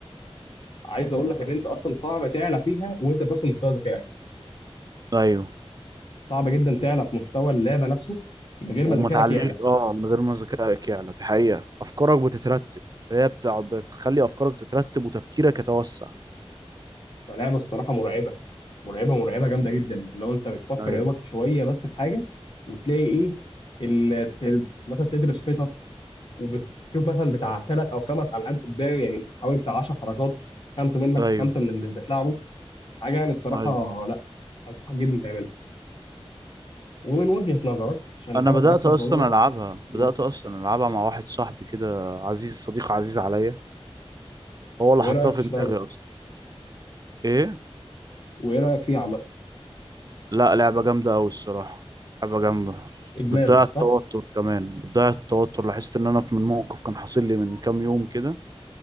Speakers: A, on the left; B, on the right.
A: عايز اقول لك ان انت اصلا صعب تعلى فيها وانت بس في مستوى ذكائك
B: ايوه
A: صعب جدا تعلى في مستوى اللعبه نفسه من غير
B: وما
A: ما ذكائك
B: تعليش
A: يعلى
B: اه من غير ما ذكائك يعلى دي حقيقة افكارك بتترتب هي بتقعد بتخلي افكارك تترتب وتفكيرك يتوسع
A: فلعبه الصراحه مرعبه مرعبه مرعبه جامده جدا اللي هو انت بتفكر
B: ايوه
A: يا دوبك شويه بس في حاجه وتلاقي ايه ان ت- مثلا تدرس خطط وبتشوف مثلا بتاع ثلاث او خمس العاب قدام يعني حوالي بتاع 10 حركات خمسه منك
B: ايوه
A: وخمسه من اللي بتلعبه حاجه يعني الصراحه
B: ايوه
A: لا انصحك جدا تعملها ومن وجهة نظرك عشان
B: انا
A: حابب
B: بدأت
A: اسالك صح
B: اصلا
A: في الموضوع ده
B: العبها بدأت
A: و...
B: اصلا العبها مع واحد صاحبي كده عزيز صديق عزيز عليا هو
A: وايه
B: اللي حطها
A: رايك في
B: في
A: الشطرنج
B: دماغي اصلا ايه
A: وايه رايك فيها عامه
B: لا لعبة جامدة قوي الصراحة لعبة جامدة
A: ادمان
B: بتضيع التوتر
A: صح
B: كمان بتضيع التوتر لاحظت ان انا في من موقف كان حاصل لي من كام يوم كده